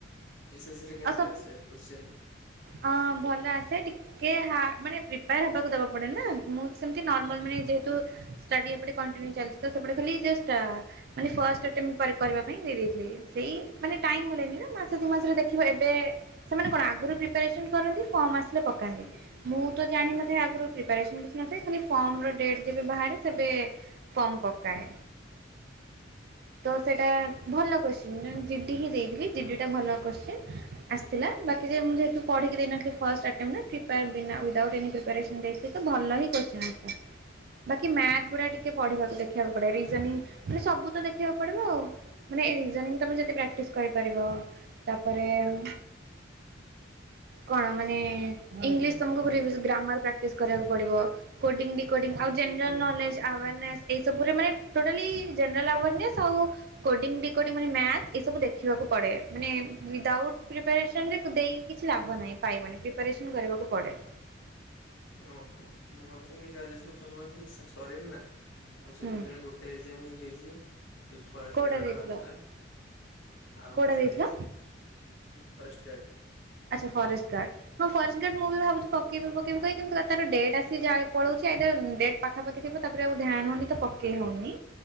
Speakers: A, on the left; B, on the right.
A: ଏସ୍ ଏସ୍ କେମ୍ତି
B: ଆଉ ସବୁ
A: ଆସେ କୋଶ୍ଚିନ୍?
B: ହଁ ଭଲ ଆସେ ଟିକେ ହା ମାନେ ପ୍ରିପେୟାର୍ ହବାକୁ ଦବା ପଡେ ନା ମୁଁ ସେମ୍ତି ନର୍ମାଲ୍
A: ହୁଁ ହୁଁ
B: ମାନେ ଯେହେତୁ ଷ୍ଟଡି ଏଟେ <unintelligible> ଚାଲିଚି ତ ସେପଟେ ଖାଲି ଜଷ୍ଟ୍ ଆ ମାନେ ଫାଷ୍ଟ ଆଟେମେଣ୍ଟ କରେକ୍ଟ କରିବା ପାଇଁ ଦେଇ ଦେଇଥିଲି ସେଇ ମାନେ ଟାଇମ୍ ମିଳେନି ନା ମାସେ ଦି ମାସରେ ଦେଖିବ ଏବେ ସେମାନେ କଣ ଆଗରୁ ପ୍ରିପାରେସନ୍ କରନ୍ତି ଫର୍ମ ଆସିଲେ ପକାନ୍ତି।
A: ହୁଁ।
B: ମୁଁ ତ ଜାଣିନଥାଏ ଆଗରୁ ପ୍ରିପାରେସନ୍ କିଛି ନଥାଏ ଖାଲି ଫର୍ମର୍ ଡେଟ୍ ଯେବେ ବାହାରେ ସେବେ ଫମ୍ ପକାଏ। ତ ସେଇଟା ଭଲ କୋଶ୍ଚିନ୍ <unintelligible> ଜିଡି ହିଁ ଦେଇଥିଲି ଜିଡିଟା ଭଲ କୋଶ୍ଚିନ୍ ଆସିଥିଲା ବାକି ଯେ ମୁଁ ଯେ <unintelligible> ପଢ଼ିକି ଦେଇନଥିଲି ଫାଷ୍ଟଆଟେମ୍ ନା ପ୍ରିପାୟର୍ ବିନା <unintelligible> ଏନି ପ୍ରିପାରେସନ୍ ଦେଇଥିଲି ତ ଭଲ ହିଁ କୋଶ୍ଚିନି ଆସିଥିଲା। ବାକି ମ୍ୟାଥ୍ ଗୁଡା ଟିକେ ପଢିବାକୁ ଦେଖିବାକୁ ପଡେ ରିଜେନିଂ ମାନେ ସବୁ ତ ଦେଖିବାକୁ ପଡିବ ଆଉ। ମାନେ ଏଜନିଂ ତମେ ଯଦି ବ୍ରାଟିସ୍ କରିପାରିବ। ତାପରେ ଆମ୍ କଣ ମାନେ ଇଂଲିଶ୍ ତମକୁ ବ୍ରେବିସ୍ ଗ୍ରାମର୍ ପ୍ରାକ୍ଟିସ୍ କରିବାକୁ ପଡିବ। କୋଡ଼ିଙ୍ଗ୍ ଡିକୋଡ଼ିଙ୍ଗ୍ ଆଉ ଜେନେରାଲ୍ ନଲେଜ୍ ଆର୍ନେସ୍ ଏସବୁରେ ମାନେ ଟୋଟାଲି ଜେନେରାଲ୍ ଆୟାର୍ନେସ୍ ଆଉ କୋଡିଙ୍ଗ୍ ଡିକୋଡି ମାନେ ମ୍ୟାଥ୍ ଏ ସବୁ ଦେଖିବାକୁ ପଡେ ମାନେ ମିଦାଉଡ୍ ପ୍ରିପାରେସନ୍ ରେ କ ଦେଇ କିଛି ଲାଭ ନାହିଁ ପାଇବନି ପ୍ରିପାରେସନ୍ କରିବାକୁ ପଡେ।
A: ଓହୋ ମୋର ସେମିତି ଗ୍ରାଜୁଏସନ୍ ସନଇସ୍ ସ ସରିନ୍ ନା ମୁ ସେଇଥି
B: ହୁଁ
A: ପାଇଁ ହେଲି ଗୋ ଟେ ଏକ୍ଜାମ୍ ହିଁ ଦେଇଛି। ଯଉ ଫାଷ୍ଟେ
B: କୋଉଟା
A: ଗେଡ
B: ଦେଇଥିଲ
A: ଟା ବାହାର୍ ଥିଲା ଆଉ
B: କୋଉଟା
A: କିଛି
B: ଦେଇଥିଲ?
A: ଦେଇନି। Forest guard.
B: ଆଚ୍ଛା ଫରେଷ୍ଟ୍ ଗାର୍ଡ଼। ହଁ ଫରେଷ୍ଟ୍ ଗାଡ଼୍ ମୁଁ ବି ଭାବୁଛି ପକେଇବି ପକେଇ କହିକି କିନ୍ତୁ ରାତାର ଡେଟ୍ ଆସି ଯାଇ ପଳଉଛି ଏଇଦର୍ ଡେଟ୍ ପାଖାପାଖି ଥିବ ତାପରେ ଆଉ ଧ୍ୟ୍ୟନ୍ ହେଉନି ତ ପକେଇ ହଉନି